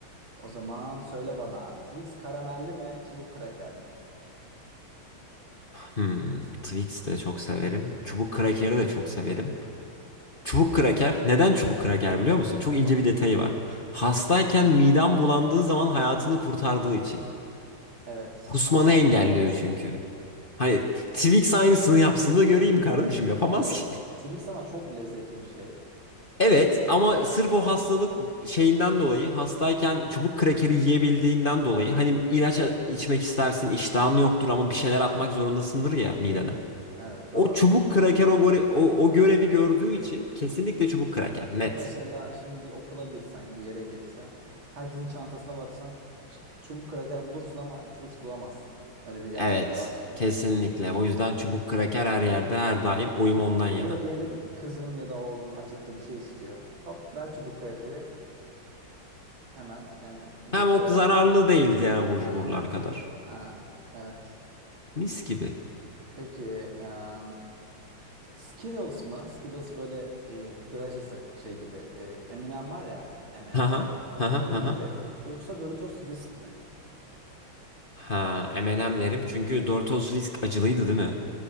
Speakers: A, on the right; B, on the left.
A: O zaman söyle bana Twix karamelli mi çubuk kraker mi?
B: Hmm, Twix de çok severim. Çubuk krakeri de çok severim. Çubuk kraker. Neden çubuk kraker biliyor musun? Çok
A: Evet.
B: ince bir detayı var. Hastayken midem bulandığı zaman hayatını kurtardığı için.
A: Evet
B: Kusmanı
A: aslında
B: engelliyor
A: haklısın.
B: çünkü. Hani Twix aynısını yapsın da göreyim kardeşim yapamaz
A: Evet
B: ki. <laughs>
A: Twix ama çok lezzetli bir şey.
B: Evet
A: Gerçi-
B: ama sırf o hastalık şeyinden dolayı hastayken çubuk krakeri yiyebildiğinden dolayı hani ilaç içmek istersin iştahın yoktur ama bir şeyler atmak zorundasındır ya midene.
A: Evet doğru.
B: O çubuk kraker o, gore- o, o görevi gördüğü için kesinlikle çubuk kraker net.
A: Bir de mesela şimdi bir okula girsen, bir yere girsen, herkesin çantasına baksan ç- çubuk kraker bulursun ama Twix bulamazsın. Öyle bir gerçek
B: Evet,
A: de var şimdi
B: kesinlikle.
A: yani.
B: O yüzden çubuk kraker
A: Evet.
B: her yerde her daim
A: evet.
B: oyum ondan yana.
A: Ya da diyelim kızın ya da oğlun acıktı bir şey istiyor. Hop ver çubuk krakeri hemen hani
B: Hem
A: do-
B: o
A: doyar.
B: zararlı değil diğer abur
A: Aynen.
B: cuburlar kadar.
A: Ha, evet.
B: Mis gibi.
A: Peki em, Skittles mı? Skittles böyle e, draj yasak- şey gibi. E, M&M var ya M&M.
B: Haha, haha,
A: Onun
B: haha.
A: gibi. Yoksa Doritos Risk mi?
B: Ha, M&M derim çünkü Doritos Risk acılıydı değil mi?